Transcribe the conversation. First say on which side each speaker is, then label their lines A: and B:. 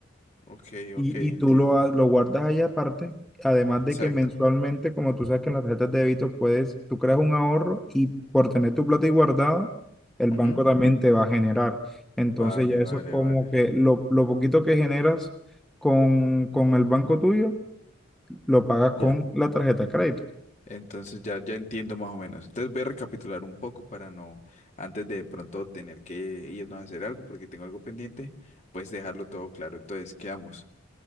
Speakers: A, on the left; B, in the centre.
A: Ok,
B: Y,
A: ok, entiendo.
B: y tú lo, ha- lo guardas ahí aparte, además
A: Exacto.
B: de que mensualmente, como tú sabes que en las tarjetas de débito puedes, tú creas un ahorro y por tener tu plata ahí guardada, el
A: Ujú.
B: banco también te va a generar. Entonces
A: Vale,
B: ya eso
A: vale,
B: es como
A: vale.
B: que lo, lo poquito que generas con, con el banco tuyo, lo pagas con
A: Ya.
B: la tarjeta de crédito.
A: Entonces ya, ya entiendo más o menos. Entonces voy a recapitular un poco para no, antes de pronto tener que irnos a hacer algo porque tengo algo pendiente, pues dejarlo todo claro. Entonces, quedamos.